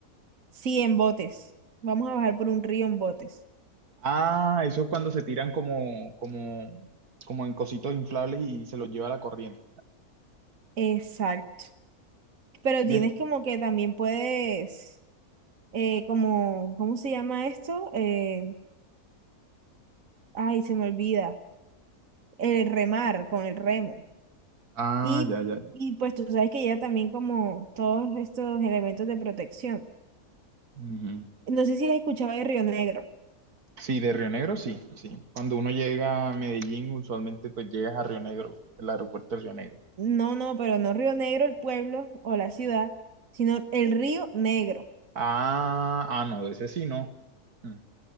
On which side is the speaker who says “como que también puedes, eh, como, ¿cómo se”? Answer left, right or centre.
Right